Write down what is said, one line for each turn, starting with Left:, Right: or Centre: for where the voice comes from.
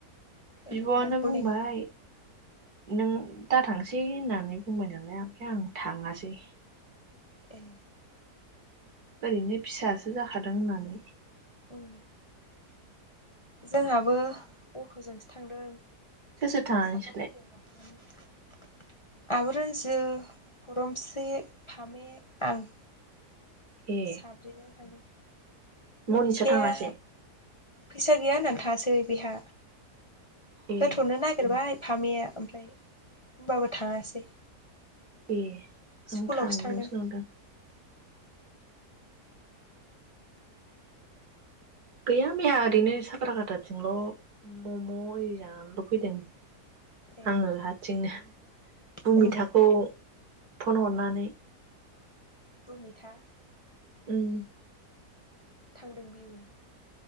Right: बिब'आनो
Left: रुपनाखौ
Right: बुंबाय
Left: लेंना
Right: नों दा थांसै होननानै बुंबाय नालाय आमफाय आं थाङासै
Left: ए
Right: ओरैनो फिसासो जाखादों होननानै
Left: उम जोंहाबो अट'जोंसो थांदों
Right: सोर सोर थाङा
Left: साफागुरियाव
Right: नोंसोरलाय
Left: गाखोनानै आब'रुनजु फदमस्रि फामे आं
Right: ए
Left: साब्रैनो थादों
Right: मनिसा
Left: मनिसाया
Right: थाङासै
Left: फैसा गैया होननानै थाङासै बिहा
Right: ए
Left: होथ'नो नागिरबाय फामिया ओमफ्राय होमबाबो थाङासै
Right: ए
Left: स्कुलावसो
Right: आं थांदोंसो
Left: थांदों
Right: नंदों गैया मैया ओरैनो साफ्रा खाथाथिंल' मम' इरि जानानैल' फैदों
Left: ए
Right: आङो हाथसिंनो भुमिथाखौ
Left: उम
Right: फन हरनानै
Left: बुमिथा
Right: उम‌।
Left: थांदों बिबो